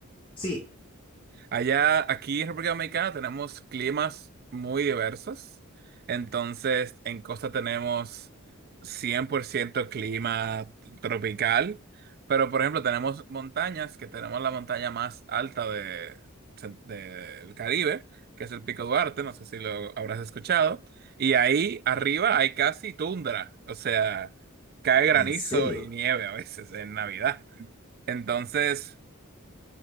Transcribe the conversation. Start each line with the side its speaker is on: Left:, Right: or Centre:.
Left: Sí,
Right: Allá, aquí en República Dominicana tenemos climas muy diversos. Entonces, en costa tenemos 100% clima tropical, pero por ejemplo tenemos montañas, que tenemos la montaña más alta de, del Caribe, que es el Pico Duarte, no sé si lo habrás escuchado, y ahí arriba hay casi tundra, o sea, cae granizo
Left: ¿en serio?
Right: y nieve a veces en Navidad. Entonces,